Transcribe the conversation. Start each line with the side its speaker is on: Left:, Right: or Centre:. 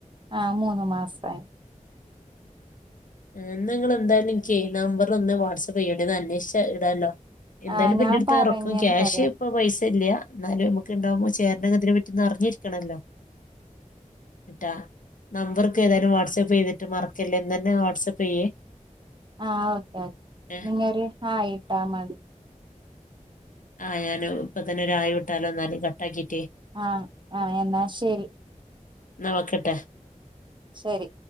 Right: ആഹ് മൂന്ന് മാസമായി
Left: ഉം ന്നാങ്ങള് എന്തായാലും ഇനിക്കെ നമ്പർ ഒന്ന് വാട്സപ്പ് ചെയ്യാണ്ടി ഒന്ന് അന്വേഷിച്ച് ഇടാല്ലോ എന്തായാലുംപ്പന്റെടുത്ത്
Right: ആഹ് ഞാൻ പറഞ്ഞന്ന്
Left: റൊക്കം ക്യാഷ്
Right: പറയും
Left: ഇപ്പ പൈ ട്ട് ല്ല എന്നാലും നമുക്ക് ഇണ്ടാവുമ്പോ ചേരന്റെങ്ങനത്തെ പറ്റിന്ന് അറിഞ്ഞിരിക്കണല്ലോ ട്ടൊ നമ്പറൊക്കെ ഏതായാലും വാട്സപ്പെയ്യൂലെ മറക്കല്ലേ ഇന്നെന്നെ വാട്സപ്പ് ചെയ്യേ
Right: ആഹ് ഓക്കെ ഓക്കെ
Left: ഏഹ്
Right: നിങ്ങൊരു ഹായ് ഇട്ടാമതി
Left: ആഹ് ഞാൻ ഇപ്പ തന്നെ ഒരു ഹായ് വിട്ടാലോ എന്നാലോ കട്ട് ആക്കിട്ടേ
Right: ആഹ് ആഹ് എന്നാ ശരി
Left: എന്നാ വെക്കട്ടെ
Right: ശരി